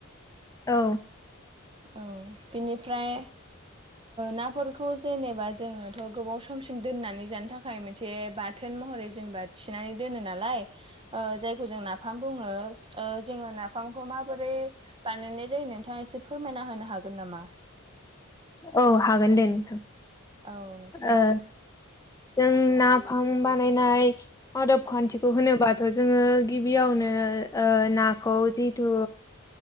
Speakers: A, on the left (about 15°); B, on the right (about 25°).
A: औ
B: औ बेनिफ्राय नाफोरखौ जेनेबा जोङोथ' गोबाव समसिम दोननानै जानो थाखाय मोनसे बा थोन महरै जेनेबा थिनानै दोनो नालाय जायखौ जों नाफाम बुङो जोङो नाफामखौ मा बोरै बानायनाय जायो नोंथाङा एसे फोरमायना होनो हागोन नामा?
A: औ हागोन दे नोंथां
B: औ नोंथां
A: ओ
B: दे
A: जों नाफाम बानायनाय आदब खान्थिखौ होनोबाथ' जोङो गिबियावनो नाखौ जिथु